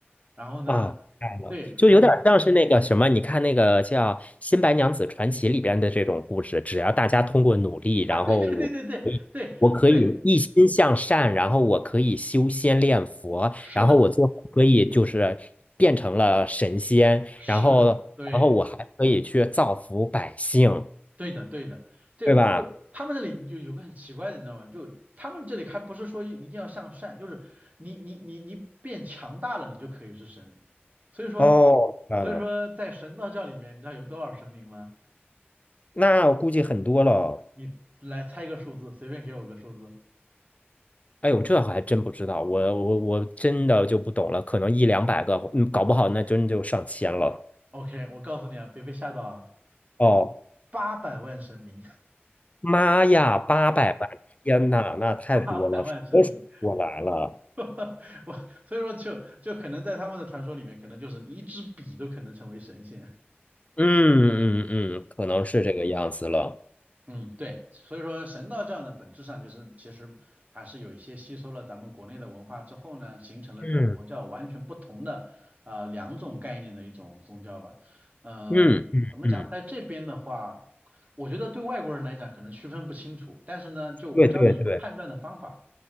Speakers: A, on the right; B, on the left.
A: 然后呢，
B: 啊，明白了，
A: 对，
B: 就有点像是那个什么，
A: 很多
B: 你看那个叫《新白娘子传奇》里边的这种故事，只要大家通过努力，然后我可以，
A: 啊，对对对对对对对，
B: 我可以一心向善，然后我可以修仙练佛，
A: 是的，
B: 然后我最后可以就是变成了神仙，
A: 是，
B: 然后，
A: 对。
B: 然后我还可以去造福百姓，
A: 对的，对的，对，
B: 对吧？
A: 就他们这里就有个很奇怪的，你知道吗？就他们这里还不是说一定要向善，就是你你你你变强大了，你就可以是神。所以说，
B: 哦，明白了，
A: 所以说在神道教里面，你知道有多少神明吗？
B: 那我估计很多了哦。
A: 你来猜个数字，随便给我个数字。
B: 哎呦，这还真不知道，我我我真的就不懂了，可能一两百个，嗯，搞不好那真就上千了。
A: OK，我告诉你啊，别被吓到啊，
B: 哦，
A: 八百万神明，
B: 妈呀，八百万！天呐，那太多了，
A: <laughs> 八百万神明，
B: 数都数不过来了。
A: <laughs> 我所以说就就可能在他们的传说里面，可能就是你一支笔都可能成为神仙。
B: 嗯嗯嗯，可能是这个样子了。
A: 嗯，对，所以说神道教呢，本质上就是其实还是有一些吸收了咱们国内的文化之后呢，形成了跟佛教完全不同的呃两种概念的一种宗教吧。
B: 嗯
A: 嗯、
B: 嗯嗯嗯，
A: 怎么讲，在这边的话，我觉得对外国人来讲可能区分不清楚，但是呢，就我教你一个判断的方法，
B: 对对对，